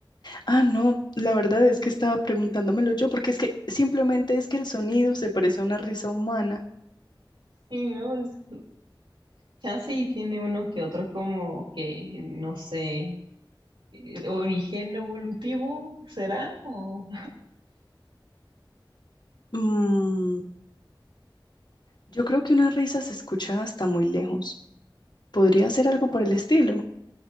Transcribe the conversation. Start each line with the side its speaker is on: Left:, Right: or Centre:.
Left: Ah, no, la verdad es que estaba preguntándomelo yo, porque es que simplemente es que el sonido se parece a una risa humana.
Right: Sí, ¿no? Es- chance y tiene uno que otro como que, no sé. eh, origen evolutivo, ¿será? O,
Left: Mm, yo creo que una risa se escucha hasta muy lejos. ¿Podría ser algo por el estilo?